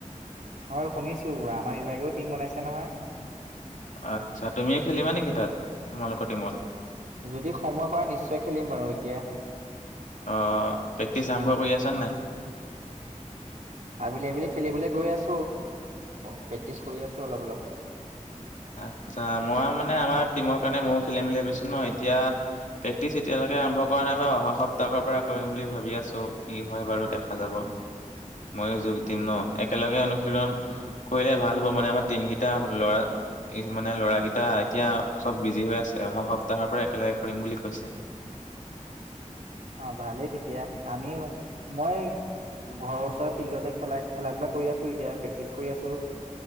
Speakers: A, on the right; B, on the left.
A: হয় শুনিছো, আমাৰ বিভাগেও টিম বনাইছে নহয়।
B: আত্ছা, তুমিও খেলিবা নেকি তাত তোমালোকৰ টিমত?
A: যদি সময় পাও নিশ্চয় খেলিম বাৰু এতিয়া।
B: অ, পেক্টিচ আৰম্ভ কৰি আছা নে নাই?
A: আবেলি-আবেলি খেলিবলৈ গৈ আছো। অ প্ৰেক্টিচ কৰি আছো অলপ-অলপ।
B: আত্ছা, মই মানে আমাৰ টিমৰ কাৰণে ময়ো খেলিম বুলি ভাবিছো ন, এতিয়া প্ৰেক্টিচ এতিয়ালৈকে আৰম্ভ কৰা নাই বাৰু, অহা সপ্তাহৰ পৰা কৰিম বুলি ভাবি আছো, কি হয় বাৰু দেখা যাব। মইয়ো যোগ দিম ন, একেলগে অনুশীৰন কৰিলে ভাল হ'ব মানে আমাৰ টিম গিটা ল'ৰা ই মানে ল'ৰাকেইটা এতিয়া চব বিজি হৈ আছে, অহা সপ্তাহৰ পৰা একেলগে কৰিম বুলি কৈছে।
A: অ ভালেই তেতিয়া, আমি মই ঘৰৰ ওচৰ ফিল্ডতে খেলাক খেলা ধূলা কৰি আছোঁ এতিয়া প্ৰেক্টিচ কৰি আছোঁ